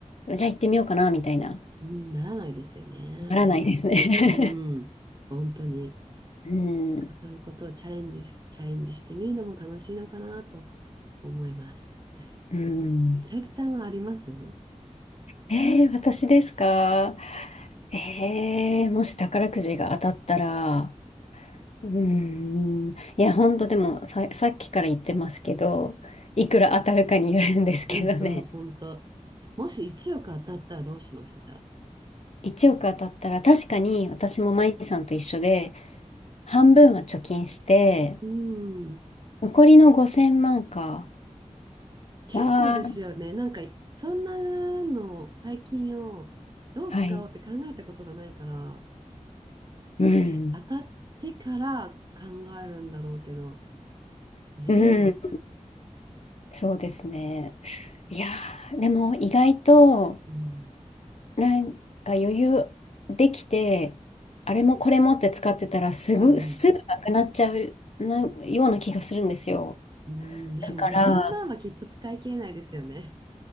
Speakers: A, on the left; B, on the right.
A: ゃあ行ってみようかな、みたいな、
B: うん。ならないですよね。あんまり。
A: ならないですね。
B: うん。本当に。
A: <laughs> うん、
B: そういうことをチャレンジし、チャレンジしてみるのも楽しいのかなと思います。
A: うん。
B: 美咲さんはあります
A: えー、私ですかえー、もし宝くじが当たったら、うーん、いや、ほんとでもさ、さっきから言ってますけど、いくら当たるかによるんですけどね。
B: うんうん、本当。もし1億当たったらどうしますじゃあ。
A: 1億当たったら確かに私もマイさんと一緒で半分は貯金して
B: うん。
A: 残りの5000万か
B: 結構ですよね。
A: は
B: なんか、そんなの、大金をどう使おうって考えたことがないから、
A: はいうん
B: ね、当たってから考えるんだろうけど、ね
A: うんそうですねいやーでも意外と
B: え。うん。
A: なんか余裕できてあれもこれもって使ってたらすぐすぐなくなっちゃうなような気がするんですよ
B: うんうん。うん、でも5000万はきっと使い切れないですよね。
A: だから